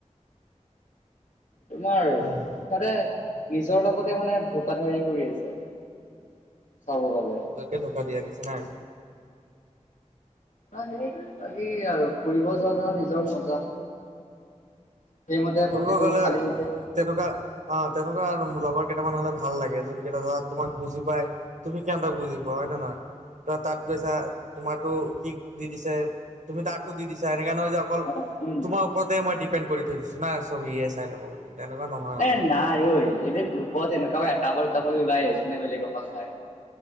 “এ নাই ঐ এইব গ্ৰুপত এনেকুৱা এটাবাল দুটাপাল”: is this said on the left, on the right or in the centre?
Left